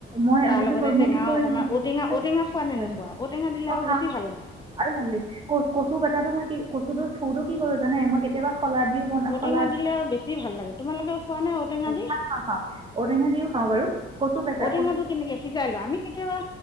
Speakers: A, on the right (about 25°); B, on the left (about 20°).
A: মই
B: তাৰ
A: সেইটো
B: লগতে
A: কৰো
B: টেঙাও
A: মই কি কৰি
B: অকণমান
A: কচু
B: ঔটেঙা
A: যে
B: ঔটেঙা খোৱা নে
A: হয়
B: নোখোৱা ঔটেঙা দিলে
A: অ
B: আৰু
A: খা
B: বেছি ভাল লাগে
A: আৰু ভাল কচু কটাটো মই কি কচুটো ফুৰো কি কৰো জানে মই কেতিয়াবা শলা দিও বন
B: ঔটেঙা
A: শল
B: দিলে আৰু বেছি ভাল লাগে তোমালোকে খোৱা নে ঔটেঙা দি
A: খা খাওঁ খাওঁ ঔটেঙা দিও খাওঁ বাৰু কচু পেটা
B: ঔটেঙাটো
A: কচু
B: কেনেকে সিজাই লোৱা আমি কেতিয়াবা